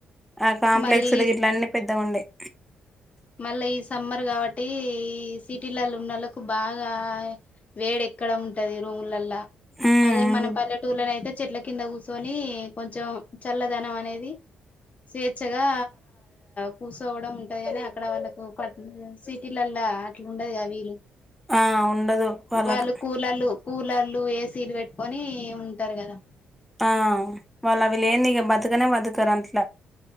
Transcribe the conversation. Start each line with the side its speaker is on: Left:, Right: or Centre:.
Centre: ఆ కాంప్లెక్స్
Left: మళ్ళీ
Centre: లో గిట్ల అన్నీ పెద్దగా ఉండయ్
Left: మళ్ళా ఈ సమ్మర్ కాబట్టి సిటీలలో ఉన్నోళ్లకు బాగా వేడి ఇక్కడ ఉంటది రూమ్లలా
Centre: ఉమ్
Left: అదే మన పల్లెటూర్లోనైతే చెట్ల కింద కూర్చొని కొంచెం చల్లదనం అనేది స్వేచ్ఛగా కూచోవడం ఉంటది కని అక్కడ వాళ్ళకు సిటీలల్లా అట్లా ఉండదుగా వీలు
Centre: ఆ ఉండదు వాళ్ళకు
Left: వాళు కూలలు కూలర్లు ఏసీలు పెట్టుకొని ఉంటరు కదా
Centre: ఆ వాళ్ళు అవి లేనిది ఇక బతకనే బతకరట్ల